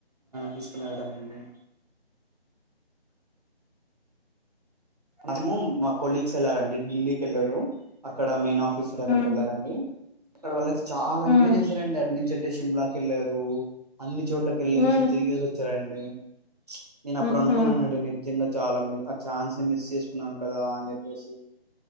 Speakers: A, on the right (about 40°); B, on the left (about 80°).
A: తీసుకొని వెళ్తారా అండి మ్యాగ్సిమం మా కొలీగ్స్ వెళ్ళారు అండి ఢిల్లీకి వెళ్ళారు అక్కడ మెయిన్ ఆఫ్ తీస్తుంటే అక్కడికి
B: హ్మ్
A: వెళ్ళారు అండి అక్కడ వాళ్లు అయితే చాలా
B: హ్మ్
A: ఎంజాయ్ చేశారండి అటు చెడ్ సిమ్లాకి వెళ్ళారు అన్ని చోట్లకి వెళ్ళసి
B: హ్మ్
A: తిరిగేసి వచ్చారండి నేను అప్పుడు
B: ఉహు
A: అనుకున్నానండి నిజ్యంగా చాలా మే ఆ ఛాన్స్ నేను మిస్ చేసుకున్నాను కదా అని చెప్పేసి